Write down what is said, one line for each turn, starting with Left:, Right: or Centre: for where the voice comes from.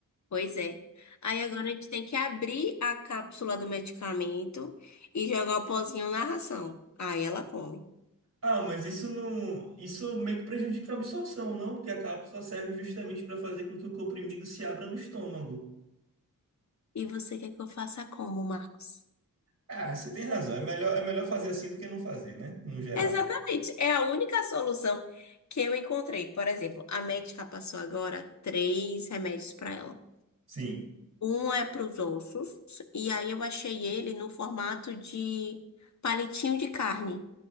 Left: Pois é. Aí agora a gente tem que abrir a cápsula do medicamento e jogar o pozinho na ração. Aí ela come.
Right: Ah, mas isso não, isso meio que prejudica a absorção, não? Porque a cápsula serve justamente para fazer com que o comprimido se abra no estômago.
Left: E você quer que eu faça como, Marcos?
Right: Ah, você tem razão. É melhor, é melhor fazer assim do que não fazer, né? No geral.
Left: Exatamente. É a única solução que eu encontrei. Por exemplo, a médica passou agora três remédios para ela.
Right: Sim.
Left: Um é para os ossos, e aí eu achei ele no formato de palitinho de carne.